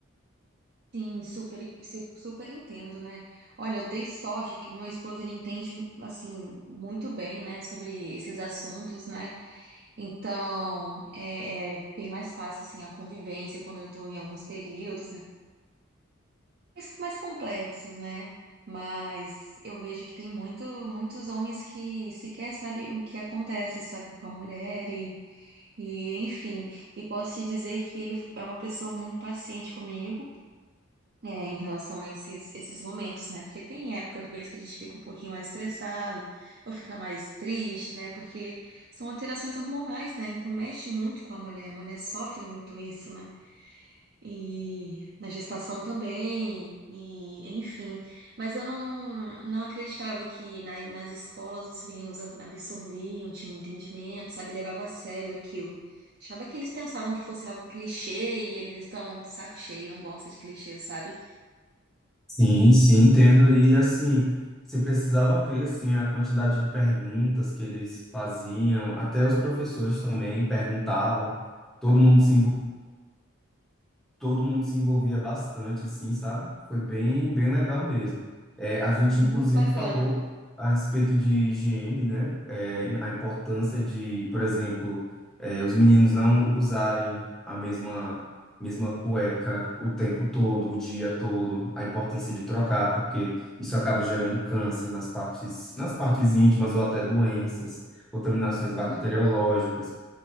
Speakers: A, on the right; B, in the centre.
A: Sim, super, se- super entendo, né? Olha, eu dei sorte que meu esposo ele entende assim muito bem, né, sobre esses assuntos, né? Então é, é bem mais fácil assim a convivência quando eu estou em alguns períodos, né? Mais, mais complexos, né? Mas eu vejo que tem muito, muitos homens que sequer sabem o que acontece, sabe, com a mulher e, e enfim. E posso te dizer que ele é uma pessoa muito paciente comigo. É, em relação a esses, esses momentos, né? Porque tem época do mês que a gente fica um pouquinho mais estressado, ou fica mais triste, né? Porque são alterações hormonais, né? Então mexe muito com a mulher. A mulher sofre muito isso, né? E na gestação também, e enfim. Mas eu não, não acreditava que nas, nas escolas os meninos a- absorviam, tinham entendimento, sabe? Levava a sério aquilo. Achava que eles pensavam que fosse algo clichê e eles estão de saco cheio, não gostam de clichês, sabe?
B: Sim, sim, entendo. E assim, você precisava ver assim a quantidade de perguntas que eles faziam, até os professores também perguntavam. Todo mundo se todo mundo se envolvia bastante, assim, sabe? Foi bem, bem legal mesmo. É, a gente, inclusive,
A: Muito bacana.
B: falou a respeito de higiene, né? É, a importância de, por exemplo, é, os meninos não usarem a mesma, mesma cueca o tempo todo, o dia todo, a importância de trocar, porque isso acaba gerando câncer nas partes, nas partes íntimas ou até doenças, contaminações
A: Uhum,
B: bacteriológicas.